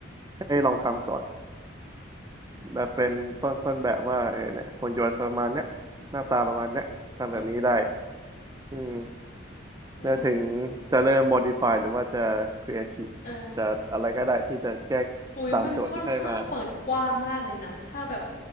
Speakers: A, on the right; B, on the left.
A: ให้ลองทำก่อนแบบเป็นต้นต้นแบบว่าเออเนี่ยหุ่นยนต์ประมาณเนี้ยหน้าตาประมาณเนี้ยทำแบบนี้ได้
B: โอเค
A: อืม
B: เออ
A: แล้วถึงจะเริ่ม modify หรือว่าจะ creative
B: เออ
A: จะอะไรก็ได้ที่จะแก้
B: อุ้ยมันค่อนข้างเปิดกว้างมากเลยนะถ้าแบบ
A: ตามโจทย์ที่ให้มา